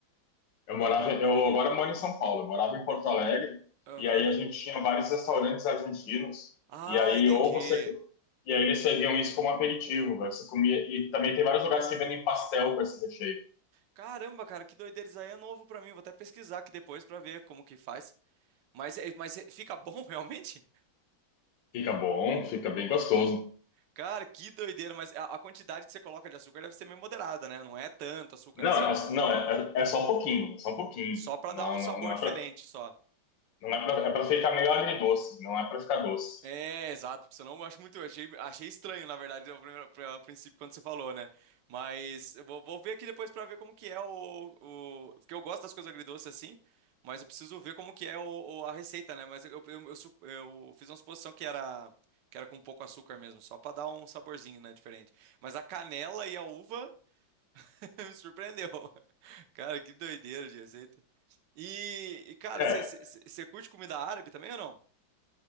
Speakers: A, on the left; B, on the right.
A: Eu morava, eu agora moro em São Paulo, eu morava em Porto Alegre,
B: Aham.
A: e aí a gente tinha vários restaurantes argentinos,
B: Ah,
A: e aí
B: entendi.
A: ou você e aí eles serviam isso como aperitivo, velho, você comia e também tem vários lugares que vendem pastel com esse recheio.
B: Caramba, cara, que doideira. Isso aí é novo pra mim. Vou até pesquisar aqui depois pra ver como que faz. Mas, eh, mas eh, fica bom <laughs> realmente?
A: Fica bom, fica bem gostoso.
B: Cara, que doideira, mas a a quantidade que você coloca de açúcar deve ser meio moderada, né? Não é tanto açúcar
A: Não,
B: assim,
A: é,
B: né?
A: não é, é, é só um pouquinho, é só um pouquinho.
B: Só pra
A: Não,
B: dar um sabor
A: não, não
B: diferente,
A: é pra,
B: só.
A: não é pra, é pra ficar meio agridoce, não é pra ficar doce.
B: É, exato, porque senão eu acho muito. eu Achei, achei estranho, na verdade, ao primeiro- pri- a princípio, quando você falou, né? Mas eu vou, vou ver aqui depois pra ver como que é o, o. Porque eu gosto das coisas agridoces assim, mas eu preciso ver como que é o, o- a receita, né? Mas eu, eu, eu, su- eu fiz uma suposição que era, que era com pouco açúcar mesmo, só pra dar um saborzinho, né? Diferente. Mas a canela e a uva <laughs> me surpreendeu. Cara, que doideira de receita. E, e, cara,
A: É,
B: você curte comida árabe também ou não?